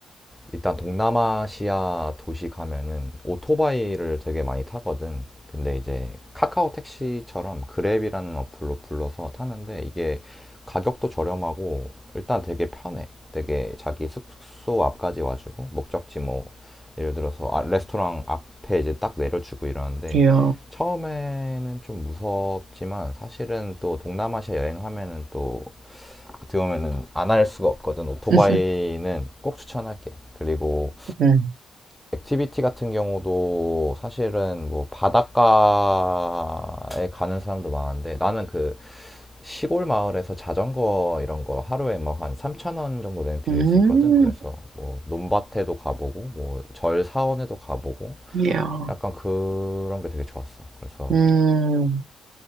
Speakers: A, in the centre; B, on the right.
A: 일단 동남아시아 도시 가면은 오토바이를 되게 많이 타거든. 근데 이제 카카오 택시처럼 그랩이라는 어플로 불러서 타는데 이게 가격도 저렴하고 일단 되게 편해. 되게 자기 숙소 앞까지 와주고 목적지 뭐 예를 들어서 아, 레스토랑 앞에 이제 딱 내려주고 이러는데
B: 이야.
A: 처음에는 좀 무섭지만 사실은 또 동남아시아 여행하면은 또 들어오면은 안 할 수가 없거든. 오토바이는
B: <laughs>
A: 꼭 추천할게. 그리고
B: 음.
A: 액티비티 같은 경우도 사실은 뭐 바닷가에 가는 사람도 많은데 나는 그 시골 마을에서 자전거 이런 거 하루에 뭐 한 3천 원 정도 되면 빌릴
B: 음.
A: 수 있거든. 그래서 뭐 논밭에도 가보고 뭐 절 사원에도 가보고
B: 이야.
A: 약간 그런 게 되게 좋았어. 그래서
B: 음.